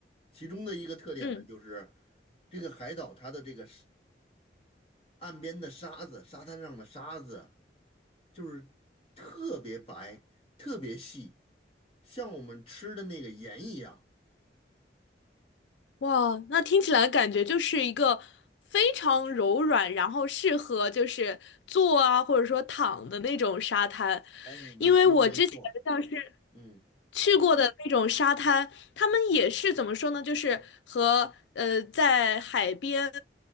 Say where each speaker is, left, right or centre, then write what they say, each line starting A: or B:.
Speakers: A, on the left; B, on the left.
A: 其中的一个特点呢，
B: 嗯。
A: 就是这个海岛它的这个岸边的沙子，沙滩上的沙子，就是特别白，特别细，像我们吃的那个盐一样。
B: 哇，那听起来感觉就是一个非常柔软，然后适合就是坐啊，或者说躺的那种沙滩。
A: 哎，你说的没错，
B: 因为我之前像是
A: 嗯
B: 去过的那种沙滩，他们也是怎么说呢？就是和呃，在海边